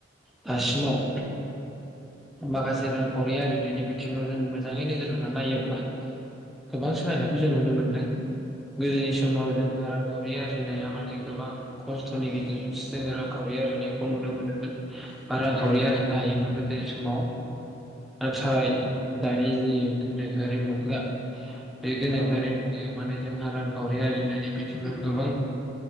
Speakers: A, in the centre; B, on the right (about 85°).
A: दासिमाव माखासे रांखावरि आरजिनायनि बिथिङाव जों मोजाङै नोजोर होनानै नायोब्ला गोबां सोलायनायखौ जों नुनो मोनदों । गोदोनि समाव जोंङो रांगगावरि आरजिनाया माने गोबां खस्थ'नि गेजेरजों जोङो रांखावरि आरजिनायखौ नुनो मोनोमोन
B: नोंथाङा
A: बा रांखावरि
B: औ नोंथां
A: आरजिनो हायोमोन गोदोनि समाव नाथाय दानि जि गोनोखोआरि मुगा बे गोनोखोआरि
B: औ
A: मुगायाव माने जोंहा रांखावरि आरजिनायनि बिथिंखौ गोबां